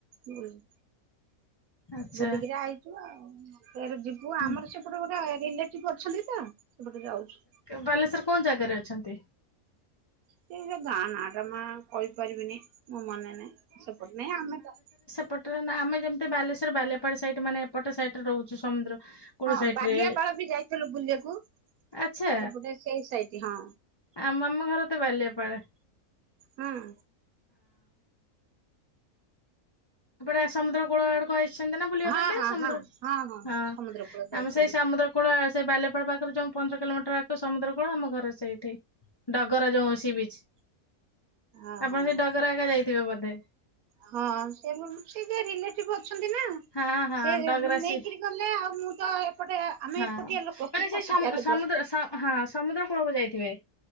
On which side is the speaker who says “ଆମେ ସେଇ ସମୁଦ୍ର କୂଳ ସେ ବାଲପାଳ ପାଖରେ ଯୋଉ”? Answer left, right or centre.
Left